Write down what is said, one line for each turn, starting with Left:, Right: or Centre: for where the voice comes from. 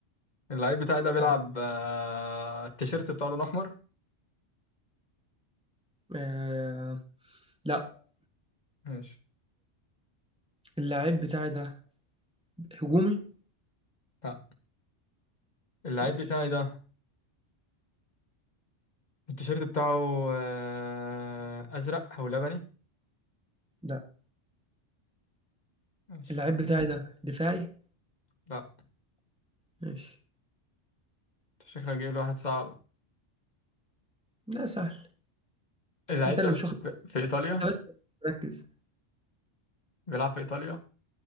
Left: اللعيب بتاعي ده بيلعب
Centre: حلو
Left: آه... التيشيرت بتاعه لون احمر
Centre: آه... لا
Left: ماشي
Centre: اللعيب بتاعي ده هجومي
Left: لا اللعيب
Centre: ماشي
Left: بتاعي ده التيشيرت بتاعه آه... ازرق او لبني
Centre: لا
Left: ماشي
Centre: اللعيب بتاعي ده دفاعي
Left: لا
Centre: ماشي
Left: أنت شكلك جايب لي واحد صعب
Centre: لا سهل
Left: اللعيب
Centre: انت
Left: ده
Centre: اللي
Left: بيلعب
Centre: مش واخد
Left: في ايطاليا
Centre: انت بس ركز
Left: بيلعب في ايطاليا